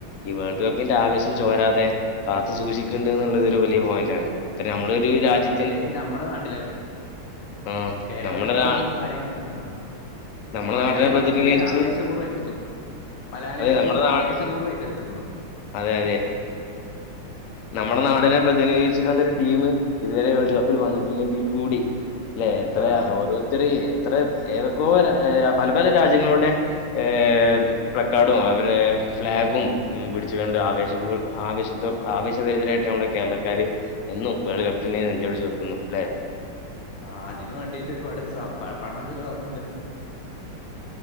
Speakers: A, on the left; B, on the left.
A: ഈ വേൾഡ് കപ്പിന്റാവശ്യം ചോരാതെ കാത്തു സൂക്ഷിക്ക്ണ്ട് ന്ന്ള്ളതൊരു വലിയ പോയന്റാണ് ഇത്ര ഞമ്മളൊര് രാജ്യ
B: ത്യേകിച്ച് ഞമ്മള നാട്ടിലൊക്കെ
A: ആഹ്
B: കേരളത്തിലും
A: നമ്മളൊരാ
B: കാര്യം അഥാ
A: നമ്മുടെ
B: മലയാളികളൊക്കെതേ
A: നാടിനെ പ്രതിനിധീകരിച്ച്
B: ആവേശപൂർവ്വായിട്ടെടുത്തു മലയാളികളൊക്കെ
A: അതെ നമ്മുടെ
B: അത്
A: നാ
B: ആവേശപൂർവ്വം ഏറ്റെടുത്തെക്കുണു
A: അതെ അതെ നമ്മടെ നാടിനെ പ്രതിനിധീകരിച്ച്കാണ്ട് ഒരു ടീമ് ഇതുവരെ വേൾഡ് കപ്പില് വന്നിട്ടില്ലെങ്കിൽ കൂടി അല്ലെ എത്ര
B: ആ
A: ഓരോരുത്തര് എത്ര ഏതൊക്കോ ര പല പല രാജ്യങ്ങളുടെ ഏഹ് പ്ലക്കാർഡും അവരുടെ ഫ്ളാഗും പിടിച്ചു കൊണ്ട് ആവേശപൂ ആവേശത്തോ ആവേശപരിതരായിട്ട് നമ്മടെ കേരളക്കാര് എന്നും വേൾഡ് കപ്പിനെ നെഞ്ചോട് ചേർക്കുന്നു അല്ലെ
B: ആഹ് അതിന് വേണ്ടീട്ട് ഒരുപാട് സ പ പണം ചെലവാക്കിണ്ട്